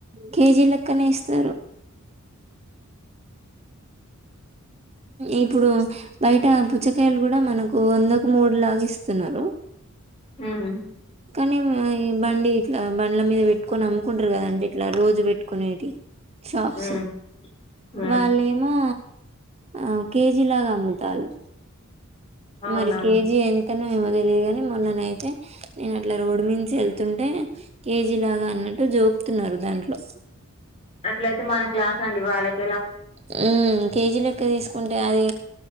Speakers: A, on the right; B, on the left.
A: కేజీ లెక్కనే ఇస్తారు ఇప్పుడు బయట పుచ్చకాయలు కూడా మనకు వందకు మూడులాగా ఇస్తున్నారు
B: హ్మ్
A: కానీ ఈ బండి ఇట్లా బండ్ల మీద పెట్టుకొని అమ్ముకుంటారు కదండి ఇట్లా రోజు పెట్టుకునేది షాప్స్
B: ఉమ్ హ్మ్
A: వాళ్ళేమో ఆ కేజీ లాగా అమ్ముతాల్లు
B: అవునవును
A: మరి కేజీ ఎం అను ఏమో తెలియగాని మొన్ననయితే నేను అట్లా రోడ్ నుంచి వెళ్తుంటే కేజీలాగా అన్నట్టు జోకుతున్నారు దాంట్లో
B: అట్లయితే మనకు లాసండి వాళ్ళకి
A: హ్మ్ కేజీ లెక్క తీసుకుంటే అది